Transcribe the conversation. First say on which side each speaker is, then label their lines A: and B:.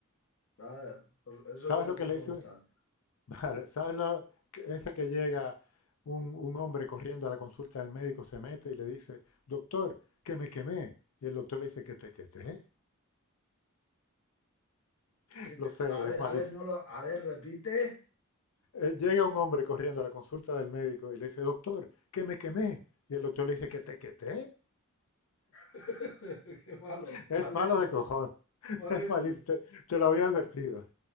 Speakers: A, on the left; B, on the left.
A: A ver, os- esos
B: ¿Sabes
A: son los
B: lo que
A: que
B: le
A: me
B: hizo?
A: gustan.
B: Vale, ¿sabes lo, que- ese que llega un, un hombre corriendo a la consulta del médico, se mete y le dice, doctor, que me quemé? Y el doctor le dice, ¿que te quemé? <laughs>
A: ¿Qué te-
B: Lo sé,
A: A ver,
B: es malísimo.
A: a ver, no lo, a ver, repite.
B: Eh, llega un hombre corriendo a la consulta del médico y le dice, doctor, que me quemé? Y el doctor le dice, ¿que te quemé?
A: <laughs> Qué malo,
B: <laughs>
A: malísimo,
B: Es malo de cojón. <laughs>
A: malísimo.
B: Es malísimo, te, te lo había advertido.